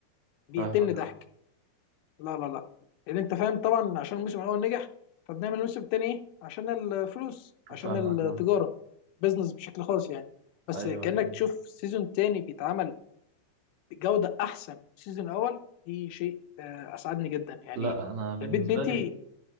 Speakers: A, on the left; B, on the right.
A: بيقتلني
B: فاهمك
A: ضحك
B: اه
A: لا لا لا لان انت فاهم طبعا عشان الموسم الاول نجح فبنعمل الموسم التاني إيه؟ عشان الفلوس عشان
B: فاهمك
A: التجاره
B: اه
A: بزنس بشكل خاص يعني بس
B: ايوه
A: كانك
B: ايوه
A: تشوف سيزون تاني بيتعمل بجوده احسن من السيزون الاول دي شيء آه، اسعدني جدا يعني
B: لا انا بالنسبه
A: البيت بيتي
B: لي